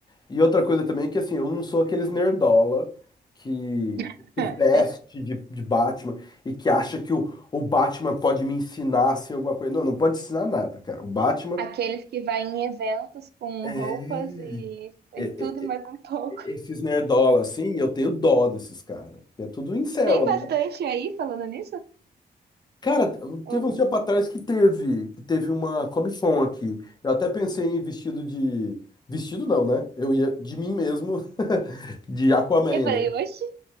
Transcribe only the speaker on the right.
<laughs>
Aqueles que vai em eventos com
roupas e,
e tudo
e mais
um pouco.
<laughs>
Tem bastante
aí falando nisso?
Ou-
Eu falei,
oxe.